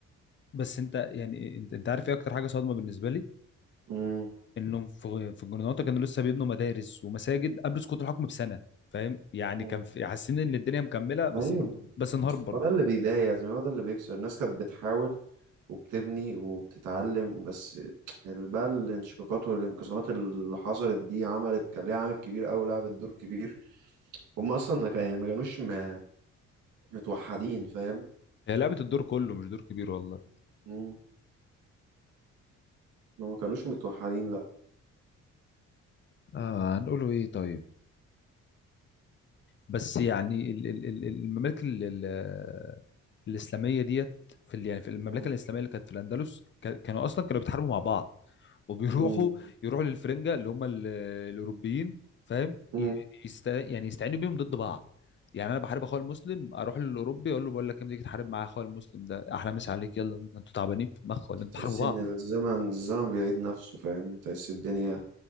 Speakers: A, on the left; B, on the right.
A: بس انت يعني انت, انت عارف ايه اكتر حاجه صادمه بالنسبه لي
B: امم
A: انهم في في الجرناطه كانوا لسه بيبنوا مدارس ومساجد قبل سقوط الحكم بسنه فاهم يعني
B: امم.
A: كان في حاسين ان الدنيا مكمله بس
B: ايوه
A: برضه بس انهارت برضه
B: هو ده اللي بيضايق يا زلمة، هو ده اللي بيكسر الناس كانت بتحاول وبتبني وبتتعلم بس ال- بقى الانشقاقات والانقسامات اللي حصلت دي عملت كان ليها عامل كبير أوي لعبت دور كبير هم اصلا ما كان يعني ما كانوش م- متوحدين فاهم
A: هي لعبه الدور كله مش دور كبير والله
B: امم. هم ما كانوش متوحدين لا
A: آه هنقوله ايه طيب بس يعني ال- ال- ال- الممالك ال- ال- الاسلاميه ديت في ال- يعني في المملكه
B: امم
A: الاسلاميه اللي كانت في الاندلس كا- كانوا اصلا كانوا بيتحاربوا مع بعض وبيروحوا
B: امم
A: يروحوا للفرنجه اللي هم ال- الاوروبيين فاهم
B: امم
A: ي- يست... يعني يستعينوا بيهم ضد بعض يعني انا بحارب اخويا المسلم اروح للاوروبي اقول له بقول لك إيه، ما تيجي تحارب مع اخويا المسلم ده احلى مسا عليك يلا بينا انتوا تعبانين في المخ ولا انتوا بتحاربوا
B: تحس
A: بعض
B: ان الزمن الزمن بيعيد نفسه فاهم تحس الدنيا